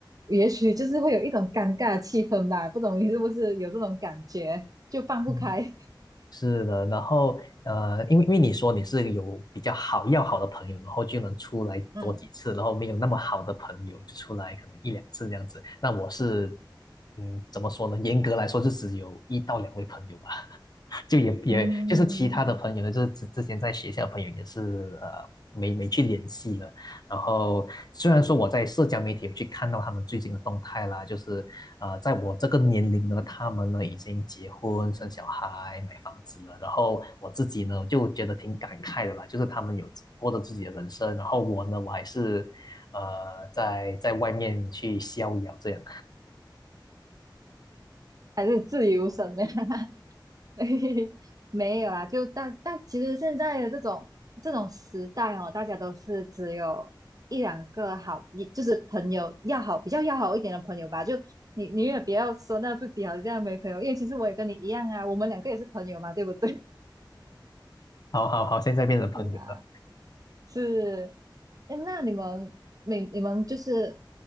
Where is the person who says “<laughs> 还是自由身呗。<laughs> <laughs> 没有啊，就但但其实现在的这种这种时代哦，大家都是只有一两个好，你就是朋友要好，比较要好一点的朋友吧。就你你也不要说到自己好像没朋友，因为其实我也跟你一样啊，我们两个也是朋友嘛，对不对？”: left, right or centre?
Right